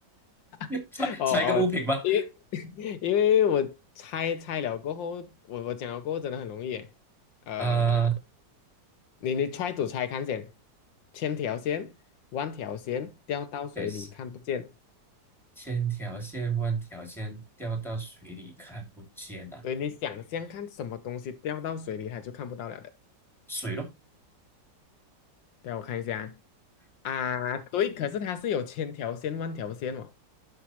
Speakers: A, in the centre; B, on the left.
A: <laughs>
B: <laughs>
A: 猜猜一个物品吗？
B: 哦哦，因为 <laughs> 因为我猜猜了过后，我我讲了过后真的很容易耶。呃，
A: 啊
B: 你你 try to 猜看见，千条线，万条线，掉到水里看不见。
A: 等一下，千条线万条线掉到水里看不见啊，
B: 对，你想象看什么东西掉到水里，它就看不到了的。
A: 水咯，
B: 对，我看一下啊，啊对，可是它是有千条线、万条线哦。